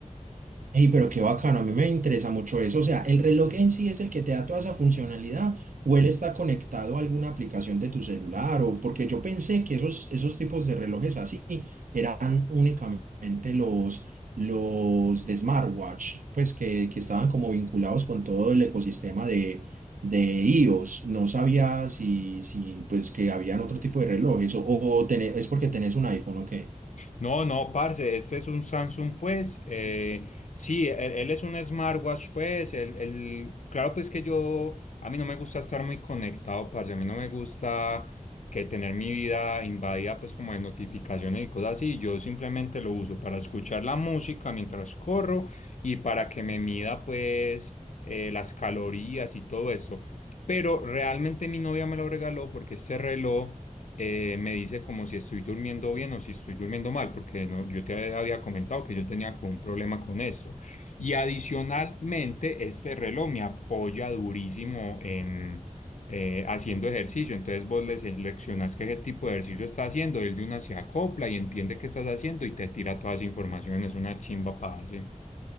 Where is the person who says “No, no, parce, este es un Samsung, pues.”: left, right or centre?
Left